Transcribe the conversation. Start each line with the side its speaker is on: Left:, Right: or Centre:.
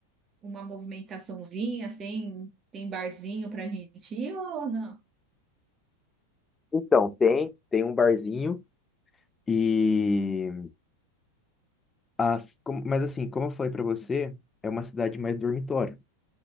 Right: uma movimentaçãozinha, tem tem barzinho para gente ir ou não?
Left: Então, tem, tem um barzinho e As, como- mas assim, como eu falei pra você, é uma cidade mais dormitório.